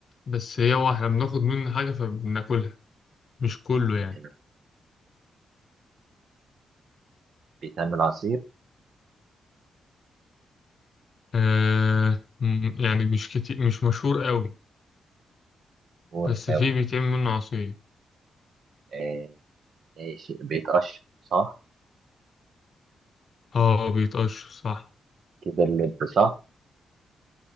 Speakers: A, on the left; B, on the right.
A: بس هي هو إحنا بناخد منه حاجة فبناكلها مش كله يعني
B: آه، بيتعمل عصير
A: آه مم، يعني مش كتير مش مشهور قوي
B: ورقاوي
A: بس فيه بيتعمل منه عصير
B: آه ماشي بيتقشر صح
A: آه بيتقشر صح
B: كده اللب صح